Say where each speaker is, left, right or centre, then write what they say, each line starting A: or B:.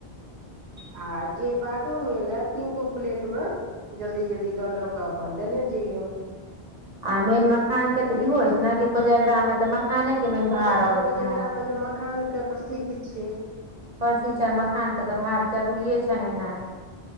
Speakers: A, on the right; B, on the right.
A: ह
B: आ जे बादोमे एले तीननको प्लेट मे जल्दी जल्दी दऽ दऽ कऽ अपन देने जहियौ
A: आ मेन मखान के तऽ इहो होय छै ने कि कोजगरा में तऽ मखाने के मेन भार
B: कोजांग
A: अबै छनि
B: कोजगरा मे तऽ मखान के प्रसिद्ध छै
A: परसो छनि मखान के तऽ भार जरूरिे छनि एना